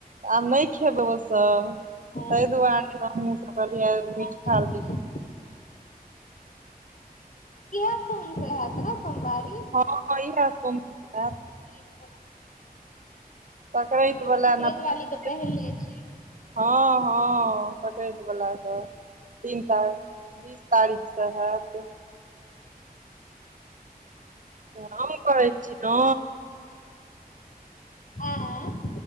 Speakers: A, on the right (about 55°); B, on the left (about 55°).
A: आब नय खेबै ओ सब
B: हँ
A: तै दुआरे हमहुँ सब कहलियै
B: अच्छा
A: आय मीठ खा
B: अच्छा
A: ली
B: इएह सोम सँ हैत न सोमवारी।
A: हँ इहे सोम सँ हैत।
B: संक्रांति वाला।
A: सकरैंत
B: एहि बेर
A: वला
B: संक्रांति
A: नय पकरा
B: वाली
A: जाय
B: के पहिले छै
A: हँ हँ सकरैंत बला कऽ तीन तारिक बीस तारीख सँ हैत तऽ हम कहै छी ने।
B: आँ